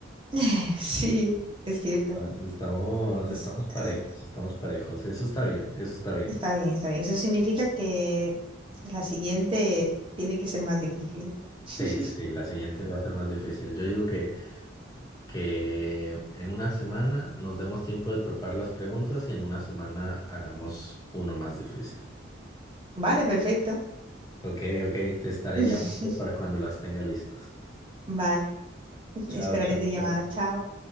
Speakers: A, on the right (about 25°); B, on the left (about 20°).
A: <laughs> Sí, es cierto.
B: Ah, Estamos,
A: Es,
B: estamos parejos,
A: eh,
B: estamos parejos. Eso está bien, eso está bien.
A: está bien, está bien. Eso significa que la siguiente tiene que ser más difícil. <laughs>
B: Sí, sí, sí, la siguiente va a ser más difícil. Yo digo que, que en una semana nos demos tiempo de preparar las preguntas y en una semana hagamos uno más difícil.
A: Vale, perfecto.
B: Ok, ok, te estaré
A: <laughs>
B: llamando para cuando las tenga listas.
A: Vale,
B: Chao,
A: esperaré
B: chao,
A: tu llamada.
B: chao.
A: Chao.